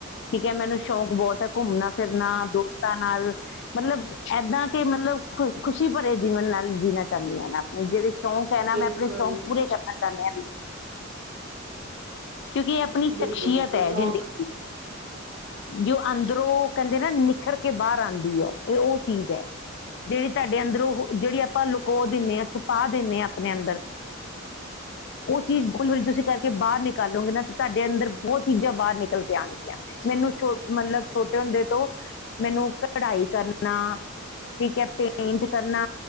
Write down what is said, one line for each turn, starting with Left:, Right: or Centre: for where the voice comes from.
Left: ਠੀਕ ਐ ਮੈਨੂੰ ਸ਼ੌਕ ਬਹੁਤ ਐ, ਘੁੰਮਣਾ ਫਿਰਨਾ ਦੋਸਤਾਂ ਨਾਲ ਮਤਲਬ ਏਦਾਂ ਕਿ ਮਤਲਬ ਖੁ ਖੁਸ਼ੀ ਭਰੇ ਜੀਵਨ ਨਾਲ ਜੀਣਾ ਚਾਦੀਆਂ ਨਾ ਆਪਣੀ ਜਿੜੇ ਸ਼ੌਂਕ ਏ ਨਾ
Right: ਬਿਲਕੁਲ
Left: ਮੈਂ ਆਪਣੇ ਸ਼ੌਂਕ ਪੂਰੇ ਕਰਨਾ ਚਾਣੇ ਆ। ਕਿਉਂਕਿ ਏ ਆਪਣੀ
Right: ਬਿਲਕੁਲ
Left: ਸ਼ਖਸੀਅਤ
Right: ਬਿਲਕੁਲ
Left: ਐ
Right: ਸ਼ੌਕ
Left: ਜ਼ਿੰਦਗੀ ਦੀ ਜੋ ਅੰਦਰੋਂ ਕੇਂਦੇ ਨਾ ਨਿਖਰ ਕੇ ਬਾਰ ਆਂਦੀ ਏ, ਏਹ ਓ ਚੀਜ਼ ਐ। ਜੇੜੀ ਤਾਡੇ ਅੰਦਰੋ ਉਹ ਜੇੜੀ ਆਪਾਂ ਲੁਕੋ ਦਿੰਦੇ ਆ, ਛੁਪਾ ਦਿੰਦੇ ਆ, ਆਪਣੇ ਅੰਦਰ
Right: <inaudible>
Left: ਉਹ ਚੀਜ਼ ਖੁਲਕੇ ਤੁਸੀਂ ਕਰਕੇ ਬਾਰ ਨਿਕਾਲੋਗੇ ਨਾ ਤਾਡੇ ਅੰਦਰ ਬੋਤ ਚੀਜ਼ਾਂ ਬਾਰ ਨਿਕਲ ਕੇ ਆਣਗੀਆਂ। ਮੈਨੂੰ ਛੋ ਮਤਲਬ ਛੋਟੇ ਹੁੰਦੇ ਤੋਂ ਮੈਨੂੰ ਕਢਾਈ ਕਰਨਾ ਠੀਕ ਐ, ਪੇਂਟ ਕਰਨਾ